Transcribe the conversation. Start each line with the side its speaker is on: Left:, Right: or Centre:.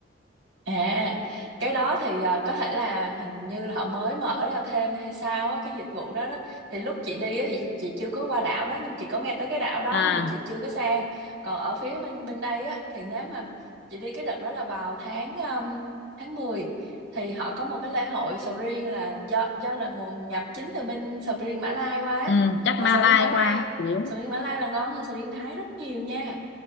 Right: À, cái đó thì à, có thể là hình như là họ mới mở ra thêm hay sao á, cái dịch vụ đó đó. Thì lúc chị đi á, thì chị chưa có qua đảo đó nhưng mà chị có nghe tới cái đảo đó
Left: à
Right: nhưng mà chị chưa có sang. Còn ở phía bên bên đây á thì nếu mà chị đi cái đợt đó là vào tháng um, tháng mười thì họ có một cái lễ hội sầu riêng là do do là nguồn nhập chính từ bên sầu riêng Mã Lai qua á.
Left: ừ. chắc
Right: mà
Left: Malai
Right: sầu riêng Mã Lai
Left: qua chủ yếu
Right: sầu riêng Mã Lai là ngon hơn sầu riêng Thái rất nhiều nha